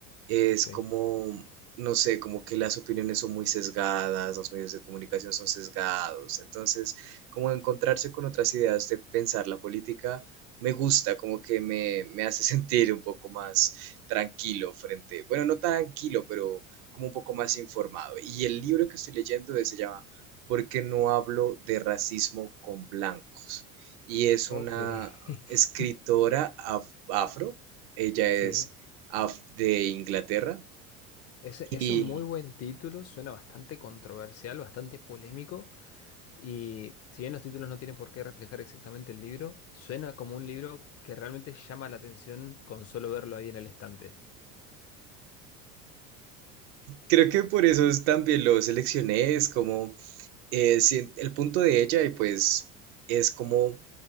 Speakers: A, on the right (about 60°); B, on the left (about 35°).
A: es
B: Sí.
A: como no sé, como que las opiniones son muy sesgadas, los medios de comunicación son sesgados. Entonces, como encontrarse con otras ideas de pensar la política, me gusta, como que me, me hace <laughs> sentir un poco más tranquilo frente, bueno, no tan tranquilo, pero como un poco más informado. Y el libro que estoy leyendo eh, se llama ¿Por qué no hablo de racismo con blancos? Y es
B: Ok.
A: una
B: <laughs>
A: escritora af- afro, ella es
B: Sí.
A: af- de Inglaterra.
B: Ese, ese
A: Y
B: es un muy buen título, suena bastante controversial, bastante polémico, y si bien los títulos no tienen por qué reflejar exactamente el libro, suena como un libro que realmente llama la atención con solo verlo ahí en el estante.
A: Creo que por eso es también lo seleccioné, es como eh, si- el punto de ella y pues es como